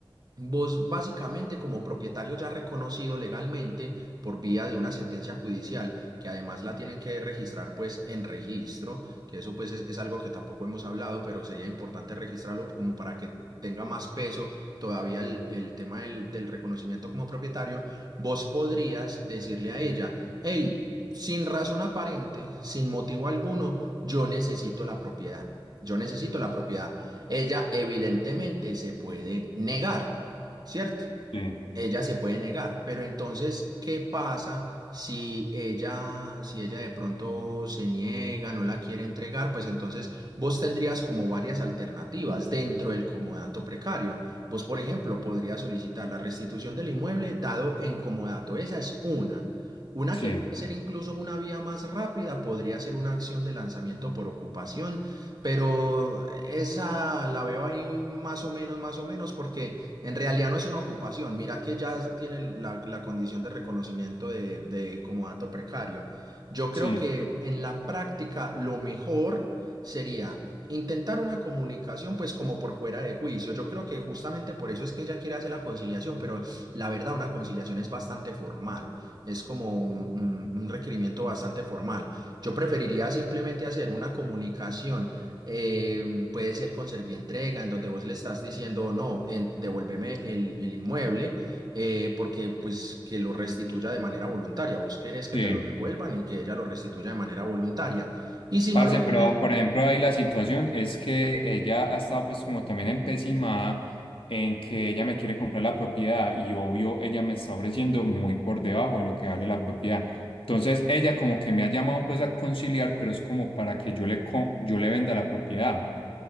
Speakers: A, on the right (about 50°); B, on the left (about 85°).
A: Vos básicamente como propietario ya reconocido legalmente por vía de una sentencia judicial, que además la tienen que registrar pues en registro, que eso pues es, es algo que tampoco hemos hablado, pero sería importante registrarlo como para que tenga más peso todavía el, el tema del, del reconocimiento como propietario, vos podrías decirle a ella, hey, sin razón aparente, sin motivo alguno, yo necesito la propiedad, yo necesito la propiedad. Ella evidentemente se puede negar. ¿cierto?
B: Sí,
A: Ella se puede negar, pero entonces, ¿qué pasa si ella, si ella de pronto se niega, no la quiere entregar? Pues entonces vos tendrías como varias alternativas dentro del comodato precario. Vos, por ejemplo, podrías solicitar la restitución del inmueble dado en comodato. Esa es una. Una
B: sí,
A: que puede ser incluso una vía más rápida, podría ser una acción de lanzamiento por ocupación, pero esa la veo ahí más o menos, más o menos, porque en realidad no es una ocupación, mira que ya tiene la, la condición de reconocimiento de, de como dato precario. Yo creo
B: sí,
A: que en la práctica lo mejor sería intentar una comunicación pues como por fuera de juicio. Yo creo que justamente por eso es que ella quiere hacer la conciliación, pero la verdad una conciliación es bastante formal, es como un un- un requerimiento bastante formal. Yo preferiría simplemente hacer una comunicación eh, puede ser con entrega en donde vos le estás diciendo, no, en- devuélveme el, el inmueble, eh, porque pues que lo restituya de manera voluntaria. Vos querés que
B: sí.
A: te lo devuelvan y que ella lo restituya de manera voluntaria. Y si
B: Parce,
A: no lo quieres,
B: pero por ejemplo, ahí la situación es que ella ha estado pues como también empecinada en que ella me quiere comprar la propiedad y obvio ella me está ofreciendo muy por debajo de lo que vale la propiedad. Entonces ella como que me ha llamado pues a conciliar, pero es como para que yo le, co- yo le venda la propiedad.